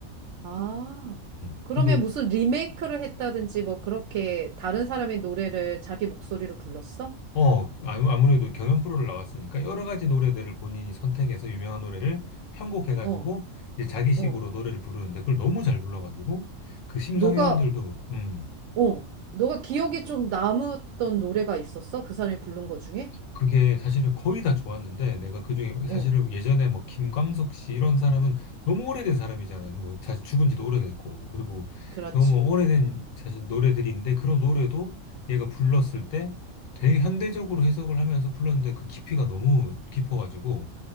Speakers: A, on the right; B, on the left.
A: 아,
B: 음.
A: 그러면
B: 근데
A: 무슨 리메이크를 했다든지 뭐 그렇게 다른 사람의 노래를 자기 목소리로 불렀어?
B: 어, 아무- 아무래도 경연 프로를 나왔으니까 여러 가지 노래들을 본인이 선택해서 유명한 노래를 편곡해가지고
A: 어,
B: 이제 자기식으로
A: 어.
B: 노래를 부르는데 그걸 너무 잘 불러가지고 그 심사위원들도
A: 너가,
B: 음,
A: 어, 너가 기억에 좀 남았던 노래가 있었어? 그 사람이 부른 거 중에?
B: 그게 사실은 거의 다 좋았는데 내가 그중에 사실은
A: 어,
B: 예전에 뭐 김광석 씨 이런 사람은 너무 오래된 사람이잖아. 뭐 사실 죽은 지도 오래됐고 그리고
A: 그렇지.
B: 너무 오래된 사실 노래들인데 그런 노래도 얘가 불렀을 때 되게 현대적으로 해석을 하면서 불렀는데 그 깊이가 너무 깊어가지고